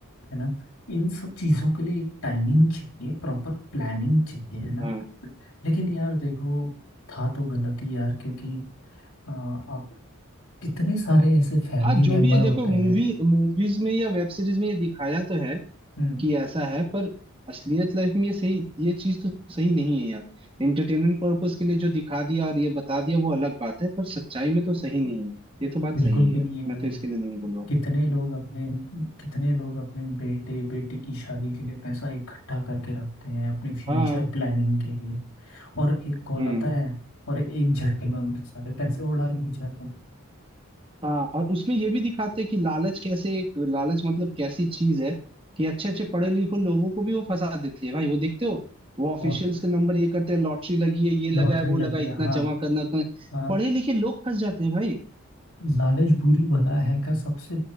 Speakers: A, on the left; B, on the right.
A: है ना इन सब चीज़ों के लिए एक टाइमिंग चाहिए प्रॉपर प्लानिंग चाहिए है ना
B: हाँ
A: लेकिन यार देखो था तो गलत ही यार क्योंकि आ, आप कितने सारे ऐसे फैमिली
B: हाँ
A: मेंबर
B: जो भी है देखो
A: होते
B: मूवी
A: हैं
B: मूवीज में या वेब सीरीज में ये दिखाया तो है
A: हम्म,
B: कि ऐसा है पर असलियत लाइफ में ये सही ये चीज तो सही नहीं है यार एंटरटेनमेंट पर्पस के लिए जो दिखा दिया और ये बता दिया वो अलग बात है पर सच्चाई में तो सही नहीं है ये तो बात
A: बिल्कुल
B: सही है
A: भी
B: यार
A: नहीं है
B: मैं तो
A: यार
B: इसके लिए नहीं बोल रहा हूँ
A: कितने लोग अपने कितने लोग अपने बेटे बेटी की शादी के लिए पैसा इकट्ठा करके रखते हैं अपने फ्यूचर
B: हाँ
A: प्लानिंग के लिए और एक कॉल
B: हम्म
A: आता है और एक झटके में उनके सारे पैसे उड़ा लिए जाते हैं
B: हाँ और उसमें ये भी दिखाते हैं कि लालच कैसे एक लालच मतलब कैसी चीज है कि अच्छे अच्छे पढ़े लिखे लोगों को भी वो फंसा देती है भाई वो देखते हो वो ऑफिशियल्स
A: और
B: के नंबर ये करते हैं लॉटरी लगी है ये लगा
A: लॉटरी
B: है वो
A: लगी
B: लगा है,
A: है
B: इतना
A: हाँ
B: जमा करना है, उतना
A: हाँ
B: पढ़े लिखे लोग फंस जाते हैं भाई
A: लालच बुरी भला है का सबसे